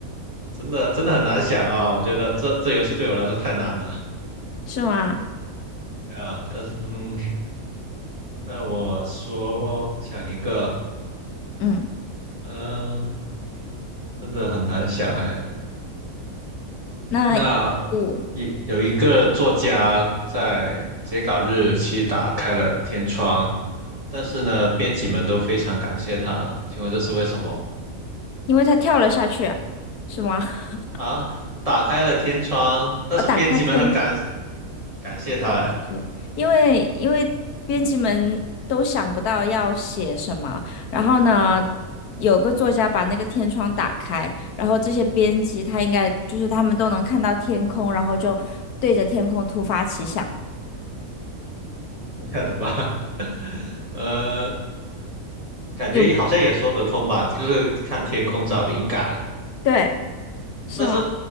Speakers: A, on the right (about 25°); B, on the left (about 80°).
A: 我真的真的很难想啊，我觉得这这游戏对我来说太难了。
B: 是吗？
A: 对啊，但是嗯，那我说想一个，
B: 嗯。
A: 嗯，真的很难想哎。
B: 那
A: 那
B: 我
A: 一有一个作家在截稿日期打开了天窗，但是呢，编辑们都非常感谢他。请问这是为什么
B: 因为他跳了下去啊是吗？<laughs>
A: 啊？打开了天窗，但是编辑们很感
B: 啊，打开天
A: 感谢他，
B: 感觉，
A: 哎，
B: 因为因为编辑们都想不到要写什么，然后呢，有个作家把那个天窗打开，然后这些编辑他应该就是他们都能看到天空，然后就对着天空突发奇想，
A: 是这样的吧？<laughs> 呃，感觉好像也说得通吧，
B: 有，
A: 就是看天空找灵感。
B: 对，是吗？
A: 但是